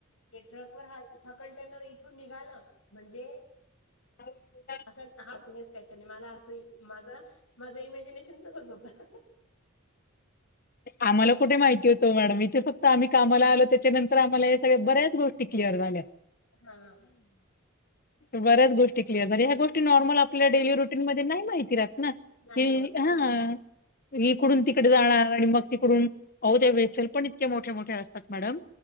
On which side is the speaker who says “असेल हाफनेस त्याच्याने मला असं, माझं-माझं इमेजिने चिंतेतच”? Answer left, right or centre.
Left